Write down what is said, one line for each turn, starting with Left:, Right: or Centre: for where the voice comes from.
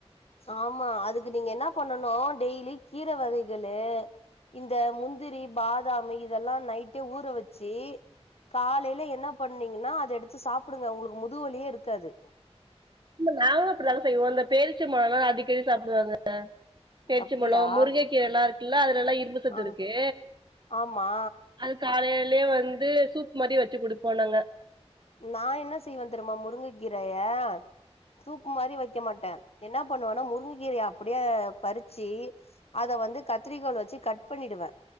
Left: ஆமா அதுக்கு நீங்க என்ன பண்ணனு டெய்லி கீர வகைகளு இந்த முந்திரி பாதாமு இதெல்லா நைட்டே ஊற வச்சி காலைல என்னா பண்ணீங்கனா அத எடுத்து சாப்டுங்க ஒங்களுக்கு முதுவலியே இருக்காது
Right: இல்ல நாங்களு அப்டிதாங்க செய்வோ அந்த பேரிச்சம்பழம்லா அடிக்கடி சாப்டுவங்க த பேரிச்சம்பழோ
Left: அப்டியா
Right: முருக கீரை எல்லா இருக்குல்ல அதுலல்லா இரும்பு சத்து
Left: ஆ
Right: இருக்கு
Left: ஆமா
Right: அது காலைலே வந்து சூப் மாரி வச்சு குடுப்போ நாங்க
Left: நா என்ன செய்வேன் தெரியுமா முருங்க கீரைய சூப்பு மாரி வைக்க மாட்டே என்ன பண்ணுவேனா முருங்க கீர அப்டியே பறிச்சி அத வந்து கத்திரிக்கோள் வச்சு கட் பண்ணிடுவே